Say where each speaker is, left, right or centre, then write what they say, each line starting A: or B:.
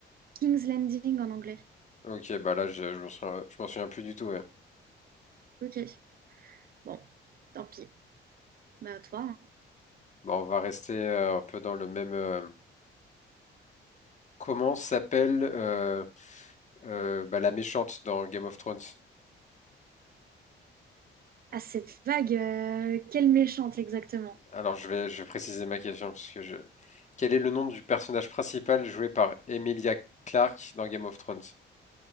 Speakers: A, on the right; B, on the left.
A: King's Landing en anglais.
B: Ok, bah là, je, je m'en souviens, je m'en souviens plus du tout. ouais.
A: Ok. Bon, tant pis. Mais à toi. hein.
B: Bah, on va rester euh, un peu dans le même. euh, Comment s'appelle euh, euh, bah, la méchante dans Game of Thrones?
A: Ah, cette vague, euh, quelle méchante exactement.
B: Alors, je vais, je vais préciser ma question parce que je. Quel est le nom du personnage principal joué par Emilia Clarke dans Game of Thrones?